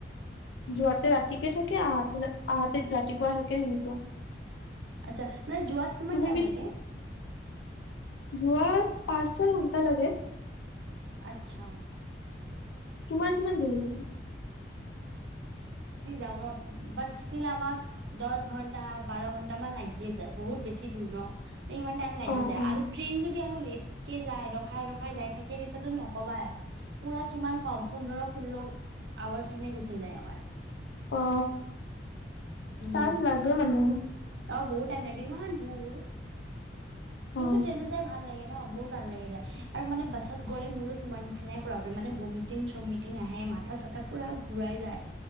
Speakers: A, on the left; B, on the right.
A: যোৱাতে ৰাতিকে থাকে আহাতে আহাতে ৰাতিপুৱা থাকে সেনেকুৱা
B: আছা মানে যোৱাত কিমান
A: তুমি
B: টাইম লাগে
A: যোৱাত পাঁচ ছয় ঘন্টা লাগে
B: আতচ্ছা
A: তোমাৰ কিমান দেৰি লাগে
B: যাওঁ ন বাট চিটিলে আমাক দচ ঘন্টা বাৰ ঘন্টামান লাগিয়ে যায় বহুত বেছি দূৰ ন ইমান টাইম লাগি
A: অ
B: যায়
A: অ
B: আৰু ট্ৰেইন য যদি আৰু লেটকে যায় ৰখাই ৰখাই যাই থাকে তেতিয়াতো নকবাই পুৰা কিমান কম পোন্ধৰ ষোল্ল আৱাৰ্চ এনে গুচি যায় আমাৰ
A: অ
B: উম
A: টাইম লাগে মানে
B: অ বহুত টাইম লাগে ইমান দূৰ কিন্তু
A: অ
B: ট্ৰেইনত যাই ভাল লাগে ন বহুত ভাল লাগে যায় আৰু মানে বাছত গ'লে মোৰো তোমাৰ নিচিনাই প্ৰব্লেম মানে ভমিটিং চমিটিং আহে মাথা চাথা পুৰা ঘূৰাই যায়